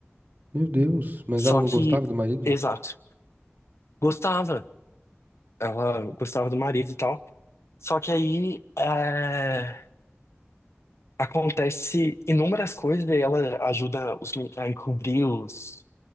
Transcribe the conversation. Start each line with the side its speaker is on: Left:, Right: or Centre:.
Right: Meu Deus. Mas
Left: Só
Right: ela não
Left: que,
Right: gostava do marido?
Left: exato. Gostava. Ela gostava do marido e tal. Só que aí é, acontece inúmeras coisas e ela ajuda os men- a encobrir os,